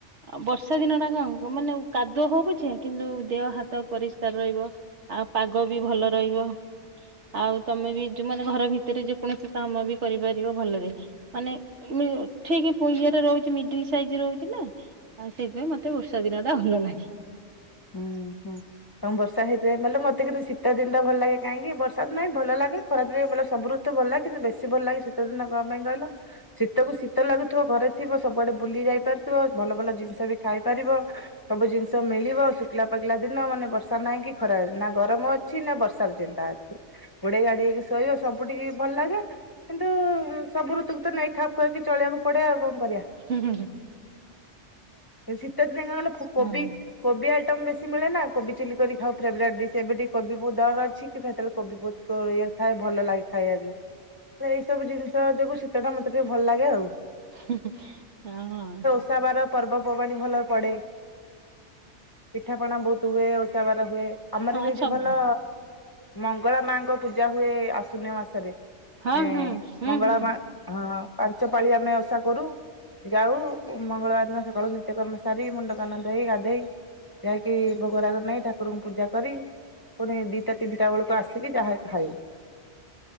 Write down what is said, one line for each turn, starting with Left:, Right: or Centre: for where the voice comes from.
Right: ଆଉ ବର୍ଷା ଦିନ ଟା କଣ ମାନେ କାଦୁଅ ହଉ ପଛେ କିନ୍ତୁ ଦେହ ହାତ ପରିଷ୍କାର ରହିବ। ଆଉ ପାଗ ବି ଭଲ ରହିବ ଆଉ ତମେ ବି ଯୋଉ ମାନେ ଘର ଭି ଭିତରେ ଯେ କୌଣସି କାମ ବି କରିପାରିବ ଭଲରେ। ମାନେ ଠିକ ପଇଶା ରେ ରହୁଛି। ମିଡିଲ ସାଇଜରେ ରହୁଛି ନା ଆଉ ସେଇଥିପାଇଁ ମତେ ବର୍ଷା ଦିନ ଟା ଭଲ ଲାଗେ।
Left: ହୁଁ ହୁଁ। ହଁ ବର୍ଷାହେଥିପାଇଁ ପାଇଁ ଭଲ ମତେ କିନ୍ତୁ ଶୀତ ଦିନ ତ ଭଲ ଲାଗେ କାହିଁକି ବର୍ଷା ନାଇଁ ଭଲ ଲାଗେ ଖରା ବେ ସବୁ ରୁ ତୁ ଭଲ କିନ୍ତୁ ବେଶୀ ଭଲ ଲାଗେ ଶୀତ ଦିନ କ ପାଇଁ କହିଲ? ଶୀତକୁ ଶୀତ ଲାଗୁଥିବ ଘରେ ଥିବ ସବୁଆଡେ ବୁଲି ଯାଇ ପାରୁଥିବ ଭଲ ଭଲ ଜିନିଷ ବି ଖାଇ ପାରିବ। ସବୁ ଜିନିଷ ମିଳିବ। ଶୁଖିଲା ପାଗିଲା ଦିନ ମାନେ ବର୍ଷା ନାହିଁ କି ଖରା ନା ଗରମ ଅଛି ନା ବର୍ଷାର ଚିନ୍ତା ଅଛି। ଘୋଡେଇ ଗାଡେଇକି ଶୋଇବ ସବୁ ଟିକେ ଭଲ ଲାଗେ। କିନ୍ତୁ ସବୁ ଋତୁକୁ ନେଇକି ଖାପ୍ ଖୁଆଇକି କରି ଚଳିବାକୁ ପଡେ ଆଉ କଣ କରିବା।
Right: ହୁଁ ହୁଁ।
Left: ଶୀତ ଦିନେ କଣ କହିଲ ଫୁ
Right: ହଁ
Left: କୋବି କୋବି ଆଇଟମ୍ ବେଶୀ ମିଳେ ନା କୋବି ଚିଲି କରି ଖାଉ ଫେବାରାଟ ଡିସ୍ ଏବେ କୋବିଟିକେ ବହୁତ ଦର ଅଛି। କିନ୍ତୁ ସେତବେଳେ କବି ବୋହୁତ୍ ଇଏରେ ଥାଏ। ଭଲ ଲାଗେ ଖାଇବାକୁ। ଏଇ ସବୁ ଜିନିଷ ଯୋଗୁ ଶୀତ ଟା ମତେ ଟିକେ ଭଲ ଲାଗେ ଆଉ।
Right: ହୁଁ ହୁଁ ହଁ।
Left: ଓଷାବାର ପର୍ବପର୍ବାଣି ଭଲ ପଡ଼େ। ପିଠାପଣା ବହୁତ ହୁଏ, ଓଷାବାର ହୁଏ, ଆମର
Right: ହଁ
Left: ବି ଏଠି
Right: ସବୁ
Left: ଭଲ ମଙ୍ଗଳା ମାଙ୍କ ପୂଜା ହୁଏ ଆଶ୍ୱିନ ମାସରେ,
Right: ହଁ
Left: ଏ
Right: ହୁଁ ହୁଁ
Left: ମଙ୍ଗଳା
Right: ହୁଁ।
Left: ମା ହଁ ପାଞ୍ଚ ପାଳି ଆମେ ଓଷା କରୁ। ଯାଉ ମଙ୍ଗଳବାର ଦିନ ସକାଳୁ ନିତ୍ୟକର୍ମ ସାରି ମୁଣ୍ଡକାନ ଧୋଇ ଗାଧେଇ ଯାାଇକି ଭୋଗରାଗ ନେଇ ଠାକୁରଙ୍କୁ ପୂଜା କରି ପୁଣି ଦିଟା ତିନିଟା ବେଳକୁ ଆସିକି ଯାହା ଖାଇବୁ,